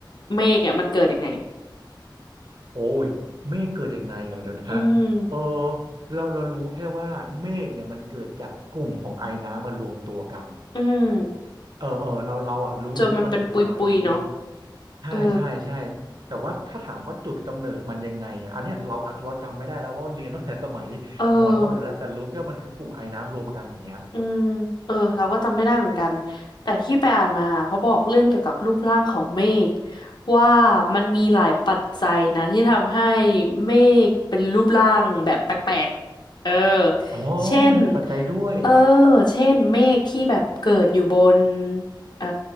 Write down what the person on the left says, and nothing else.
เมฆเนี่ยมันเกิดยังไง
อืม
อืม
จนมันเป็นปุยๆเนาะ
เออ
เออ
อืมเออเราก็จำไม่ได้เหมือนกันแต่ที่ไปอ่านมาเขาบอกเรื่องเกี่ยวกับรูปร่างของเมฆว่ามันมีหลายปัจจัยนะที่ทำให้เมฆเป็นรูปร่างแบบแปลกๆเออ
เช่น
เออเช่นเมฆที่แบบเกิดอยู่บนเอ่อ